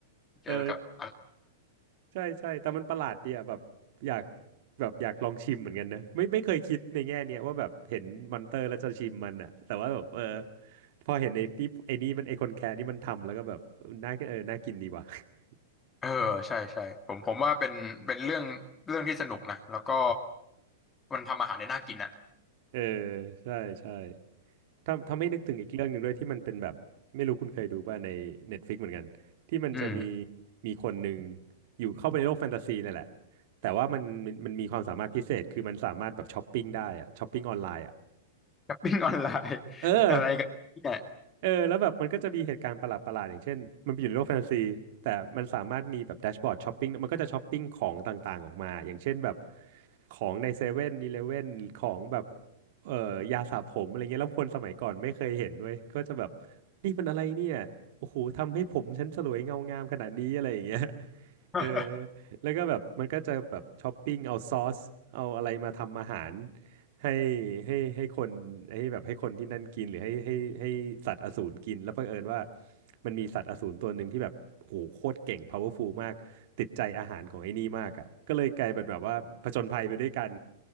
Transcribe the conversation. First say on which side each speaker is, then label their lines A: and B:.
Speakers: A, on the left; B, on the right.
A: เจอกับอะไร
B: เออใช่ใช่แต่มันประหลาดดีอ่ะแบบอยากแบบอยากลองชิมเหมือนกันนะไม่ไม่เคยคิดในแง่เนี้ยว่าแบบเห็นมอนเตอร์แล้วจะชิมมันอ่ะแต่ว่าแบบเออพอเห็นไอ้นี่ไอ้นี่มันไอคนแคะนี่มันทำแล้วก็แบบน่าเออน่ากินดีว่ะ <laughs>
A: เออใช่ใช่ผมผมว่าเป็นเป็นเรื่องเรื่องที่สนุกนะแล้วก็มันทำอาหารได้น่ากินอ่ะ
B: เออใช่ใช่ ทำให้าไม่นึกถึงอีกเรื่องหนึ่งด้วยที่มันเป็นแบบไม่รู้คุณเคยดูป่ะใน Netflix เหมือนกันที่มันจะมี
A: อืม
B: มีคนหนึ่งอยู่เข้าไปในโลกแฟนตาซีนั่นแหละแต่ว่ามันมันมันมีความสามารถพิเศษคือมันสามารถแบบช้อปปิ้งได้อะช้อปปิ้งออนไลน์อะ
A: ช้อปปิ้งออนไลน์
B: เออ
A: อะไรกันเนี่ย
B: เออแล้วแบบมันก็จะมีเหตุการณ์ประหลาดประหลาดอย่างเช่นมันไปอยู่ในโลกแฟนตาซีแต่มันสามารถมีแบบแดชบอร์ดช้อปปิ้งมันก็จะช้อปปิ้งของต่างๆออกมาอย่างเช่นแบบ ของในเซเว่นอีเลฟเว่นของแบบเอ่อยาสระผมอะไรเงี้ยแล้วคนสมัยก่อนไม่เคยเห็นเว้ยก็จะแบบนี่มันอะไรเนี่ยโอ้โหทำให้ผมฉันสลวยเงางามขนาดนี้อะไรอย่างเงี้ย
A: <laughs>
B: เออแล้วก็แบบมันก็จะแบบช้อปปิ้งเอาซอสเอาอะไรมาทำอาหารให้ให้ให้คนให้แบบให้คนที่นั่นกินหรือให้ให้ให้สัตว์อสูรกินแล้วเผอิญว่ามันมีสัตว์อสูรตัวหนึ่งที่แบบโหโคตรเก่ง powerful มากติดใจอาหารของไอ้นี่มากอ่ะก็เลยกลายเป็นแบบว่าผจญภัยไปด้วยกัน